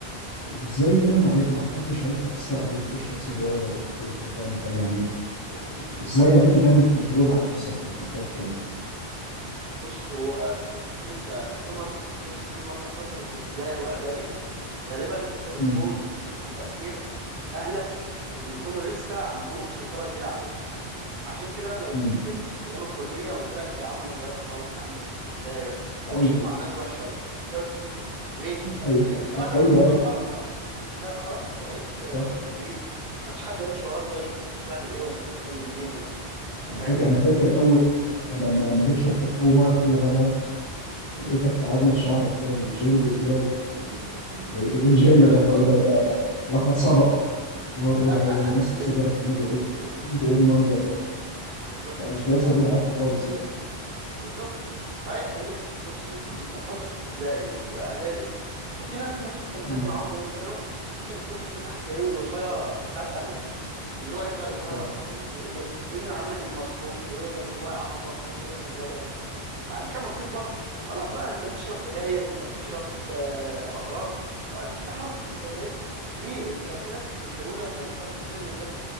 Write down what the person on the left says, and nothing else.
ازاي كده ما عرف- ما حدش عارف يأثر عليك تشرب سيجارة او خروج أو تعمل حاجة يعني ازاي عرفت تعمل كنترول على نفسك كده في الفترة دي
امم
امم
ايوه
ايوه
ايوه
ايوه
صح
انا
فاكر انا فاكر اول لما لما جيت شفتك اول مرة في اولى جامعة لقيتك عامل شعرك كده بالجل كده و... ايه ده ده ايه الجل
ده
ده ايه ده ده, ده لقد سبق و... و...
وماسك سيجارة في ايده قلت قلت ايه المنظر ده
ده مش باسل
اللي انا عارفه خالص يعني
مم.
مم.
صح